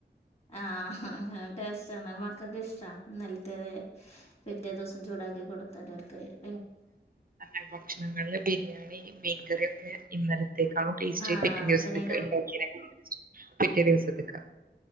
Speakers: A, on the left; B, on the right.
A: ആ അങ്ങ ടേസ്റ്റാണ് മക്കൾക്കിഷ്ട്ടാ ഇന്നലത്തേതെ പിറ്റേ ദിവസം ചൂടാക്കി കൊടുത്താലവർക്ക് വേറെ
B: ആ <unintelligible> ഭക്ഷണങ്ങളില് ബിരിയാണി മീൻകറിയൊക്കെ ഇന്നലത്തേക്കാളും ടേസ്റ്റ്
A: ആഹ്
B: പിറ്റേ ദിവസത്തേക്കാ
A: അതിനേക്കാൾ
B: ഇണ്ടാക്കിയേനെ കാളും ടെസ്റ്റ്‌ പിറ്റേ ദിവസത്തേക്കാ